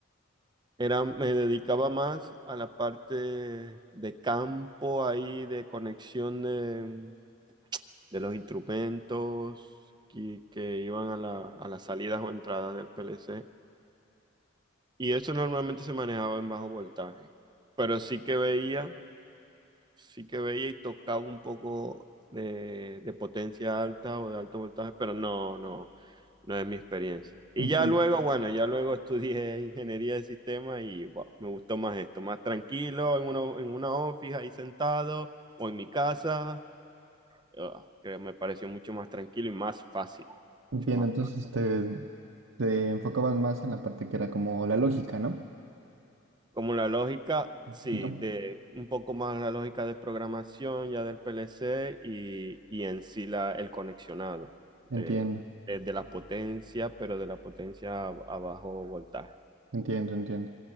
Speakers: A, on the right (about 20°); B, on the right (about 70°).
A: era, me dedicaba más a la parte de campo ahí, de conexión de, de los instrumentos que, que iban a la- a las salidas o entradas del PLC. Y eso normalmente se manejaba en bajo voltaje, pero sí que veía sí que veía y tocaba un poco de, de potencia alta o de alto voltaje, pero no, no, no es mi experiencia. Y
B: Entiendo.
A: ya luego, bueno, ya luego <laughs> estudié ingeniería de sistemas y wow, me gustó más esto, más tranquilo, en una, en una office ahí sentado o en mi casa, ah, que me pareció mucho más tranquilo y más fácil,
B: Entiendo,
A: mucho más
B: entonces te, te enfocabas más en la parte que era como la lógica, ¿no?
A: Como la lógica,
B: Un
A: sí,
B: poquito.
A: de un poco más la lógica de programación ya del PLC y, y en sí la, el conexionado de,
B: Entiendo.
A: de- de la potencia, pero de la potencia a, a bajo voltaje.
B: Entiendo, entiendo.